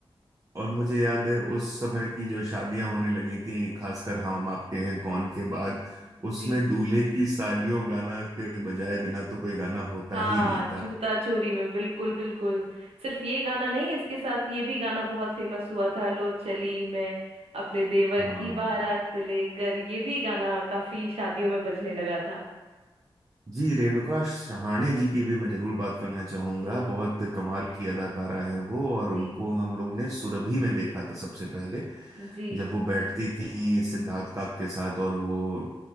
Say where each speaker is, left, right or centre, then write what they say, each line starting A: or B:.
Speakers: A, on the right; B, on the right.
A: और मुझे याद है उस समय की जो शादियां होने लगी थी खासकर हम आपके हैं कौन के बाद
B: जी
A: उसमें दूल्हे की सालियों गाना के बजाय बिना तो कोई गाना होता
B: हाँ
A: ही नहीं था
B: जूता चोरी में बिल्कुल बिल्कुल सिर्फ ये गाना नहीं इसके साथ ये भी गाना बहुत फेमस हुआ था लो चली मैं अपने देवर
A: हाँ
B: की बारात लेकर ये भी गाना काफी शादियों में बजने लगा था
A: जी रेणुका सहाणे जी की भी मैं जरूर बात करना चाहूंगा
B: जी
A: बहुत कमाल की अदाकारा हैं वो और
B: जी
A: उनको हम लोग ने सुरभि में देखा था सबसे पहले
B: जी
A: जब वो बैठती थी सिद्धार्थ काक के साथ और वो